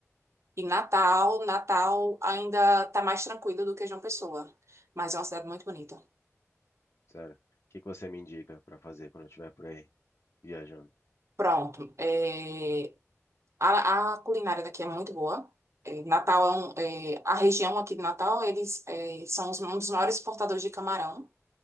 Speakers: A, on the right; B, on the left.
A: E Natal, Natal ainda está mais tranquilo do que João Pessoa, mas é uma cidade muito bonita.
B: Sério. O que que você me indica pra fazer quando eu estiver por aí viajando?
A: Pronto. é, a, a culinária daqui é muito boa. É, Natal é, um, é, a região aqui de Natal, eles é, são os- um dos maiores exportadores de camarão.